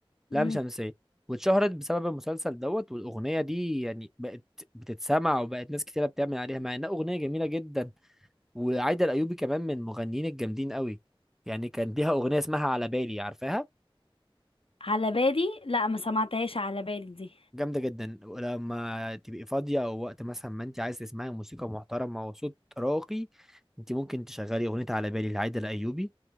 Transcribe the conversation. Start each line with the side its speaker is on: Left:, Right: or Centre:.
Centre: لام
Left: امم
Centre: شمسية واتشهرت بسبب المسلسل دوت والأغنية دي يعني بقت بتتسمع وبقت ناس كتيرة بتعمل عليها مع إنها أغنية جميلة جدا وعايدة الأيوبي كمان من المغنيين الجامدين قوي يعني كان ليها أغنية اسمها على بالي عارفاها
Left: على بالي لا ما سمعتهاش على بالي دي
Centre: جامدة جدا ولما تبقي فاضية أو وقت مثلا ما أنت عايز تسمعي موسيقى محترمة وصوت راقي أنت ممكن تشغلي أغنية على بالي لعايدة الأيوبي